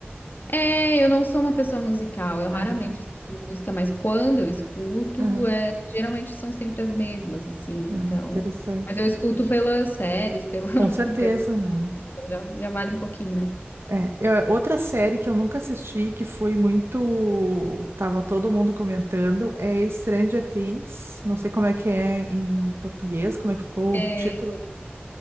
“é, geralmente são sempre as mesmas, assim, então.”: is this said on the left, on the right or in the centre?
Left